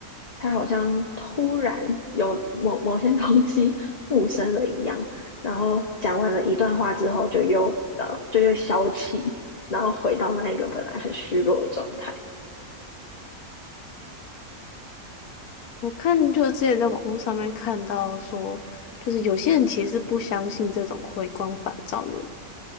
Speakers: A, on the left; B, on the left.
A: 它好像突然有某某些东西附身了一样，然后讲完了一段话之后，就又呃，就又消气，然后回到那一个本来很虚弱的状态。
B: 我看就之前在网络上面看到说，就是有些人其实是不相信这种回光返照的